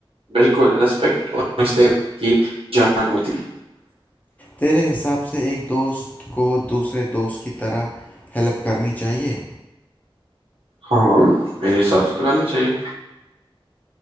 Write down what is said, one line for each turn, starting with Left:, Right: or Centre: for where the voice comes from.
Right: بالکل رسپیکٹ ہر رشتے کی جان ہوتی <inaudible>
Left: تیرے حساب سے ایک دوست کو دوسرے دوست کی طرح ہیلپ کرنی چاہیے
Right: ہاں میرے حساب سے تو کرنی چاہیے